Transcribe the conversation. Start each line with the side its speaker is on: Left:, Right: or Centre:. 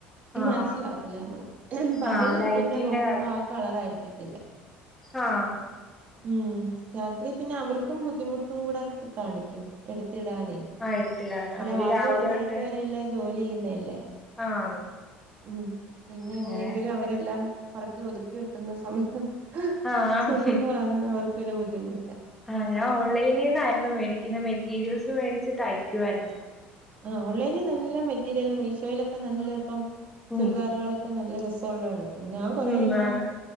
Centre: ആഹ്
Right: മനസ്സിലാത്തില്ല നമ്മള് പകല്
Centre: ആഹ് ലൈറ്റിന്റെ
Right: പിന്നെ നോക്കുമ്പോ ആ കളറായിരിക്കത്തില്ല
Centre: ആഹ
Right: ഉം രാത്രി പിന്നെ അവർക്കും ബുദ്ധിമുട്ടും കൂടെ കാണിക്കും ുഎടുത്തിടാനേ
Centre: ആ എടുത്തിടാൻ അവര്
Right: രാവിലെ ഇട്ട് വൈകിട്ട്
Centre: തൊട്ട്
Right: വരെല്ല ജോലി ചെയ്യുന്നല്ലേ
Centre: ആഹ്
Right: ഉം പിന്നെ
Centre: അങ്ങനെ
Right: എങ്ങനെയെങ്കിലും അവരെല്ലാം പറക്കി ഒതുക്കി വെക്കുന്ന സമയത്ത്
Centre: ആഹ്
Right: ചെല്വാന്ന് അവർക്കൊരു ബുദ്ധിമുട്ട്
Centre: ആഹ ഞാൻ ഓൺലൈനിൽ നിന്നായിരുന്നു മേടിക്കുന്ന മെറ്റീരിയൽസ് മേടിച്ച് തയ്ക്കുയിരുന്നു
Right: ആ ഓൺലൈനിൽ നല്ല മെറ്റീരിയൽ മീഷോയിലൊക്കെ നല്ല ഇപ്പം
Centre: ഉം
Right: ചുറദാറുകളൊക്കെ ക്കെ നല്ല രസമുള്ള കടക്കുന്നു ഞാൻ കൊറെേ
Centre: ഉം
Right: എണ്ണം
Centre: ആന്ന്